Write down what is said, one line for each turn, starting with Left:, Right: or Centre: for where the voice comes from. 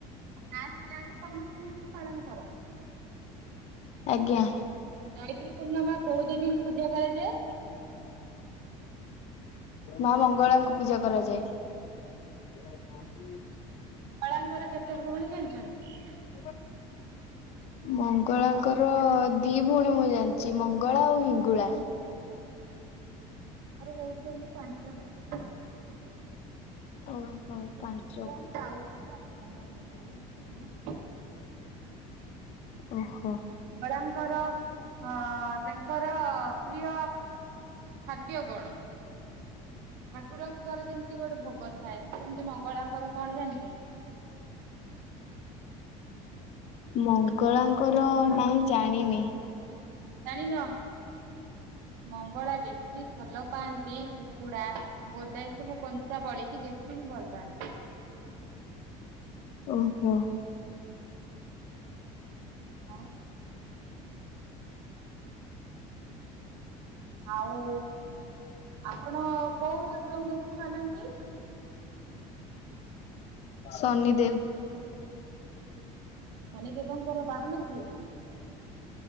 Right: ଗାଁ ସାରାଙ୍କ ସମସ୍ତେ ମିଶି ପାଳନ କର।
Left: ଆଜ୍ଞା
Right: ଚୈତ୍ର ପୂର୍ଣ୍ଣିମା କୋଉ ଦେବୀଙ୍କୁ ପୂଜା କରାଯାଏ?
Left: ମା ମଙ୍ଗଳାଙ୍କୁ ପୂଜା କରାଯାଏ। ହ
Right: ମଙ୍ଗଳାଙ୍କର କେତେ ଭଉଣୀ ଜାଣିଛନ୍ତି?
Left: ହ ମଙ୍ଗଳାଙ୍କର ଦି ଭଉଣୀ ମୁଁ ଜାଣିଛି ମଙ୍ଗଳା ଆଉ ହିଙ୍ଗୁଳା।
Right: ଆର ହଉଛନ୍ତି ପାଞ୍ଚ ଭଉଣୀ। ଏଇ
Left: ଓହୋ
Right: ଜାଗାରେ
Left: ପାଞ୍ଚ
Right: ଦି ଭଉଣୀ, ଆଉ ତାଙ୍କର ଜାଗାରେ ବି ଅଛନ୍ତି।
Left: ଓ ହୋ।
Right: ମଙ୍ଗଳାଙ୍କର ହଁ ତାଙ୍କର ପ୍ରିୟ ଖାଦ୍ୟ କଣ? ଠାକୁରଙ୍କର ଯେମିତି ଗୋଟେ ଭୋଗ ଥାଏ, ସେମିତି ମଙ୍ଗଳାଙ୍କର କଣ ଜାଣିଛନ୍ତି?
Left: ମଙ୍ଗଳାଙ୍କର ନାଇଁ ଜାଣିନି।
Right: ଜାଣିନ ମଙ୍ଗଳା ବେଶୀ ଭଲ ପାଆନ୍ତି କୁକୁଡା, ବୋଦା ଏ ସବୁ କଞ୍ଚା ବଳିକି ବେଶୀ ହିଁ ଭଲ ପାଆନ୍ତି।
Left: ଓ ହୋ।
Right: ଆଉ ଆଉ ଆପଣ କୋଉ ଠାକୁରଙ୍କୁ ବେଶୀ ମାନନ୍ତି?
Left: ଶନିଦେବ।
Right: ଶନିଦେବଙ୍କର ବାହନକୁ।